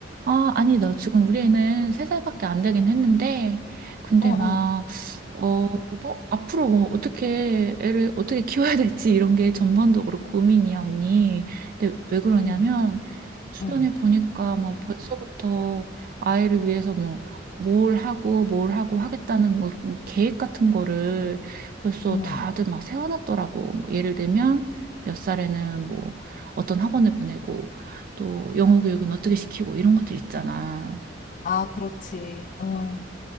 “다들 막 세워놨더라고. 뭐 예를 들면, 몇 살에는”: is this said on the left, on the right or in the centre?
Right